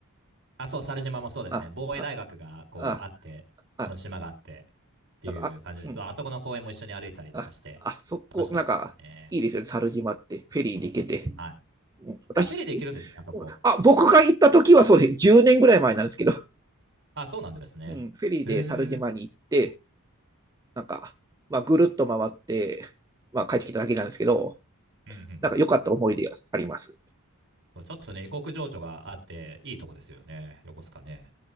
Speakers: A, on the right; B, on the right.
A: あ、そう、猿島もそうですね。
B: あ、
A: 防衛大学がこうあって、
B: あ、あ、あ、
A: この島があってっていう感じです。
B: なんか、あ、うん。
A: あそこの公園も一緒に歩いたりとかして、
B: あ、あそこ、
A: 楽しかったですね。
B: なんか、いいですよね、猿島って、フェリーで行けて。
A: はい。
B: うん私、
A: あ、フェリーで行けるんですね、あそこ。
B: あ、僕が行った時はそうです。10年ぐらい前なんですけど、
A: あ、そうなんですね。
B: うん、フェリーで猿島に行って、
A: へえ。うん
B: なんか、まあ、ぐるっと回って、まあ、帰ってきただけなんですけど、
A: うんうん。
B: なんか良かった思い出があります。
A: そうちょっとね、異国情緒があって、いいとこですよね、横須賀ね。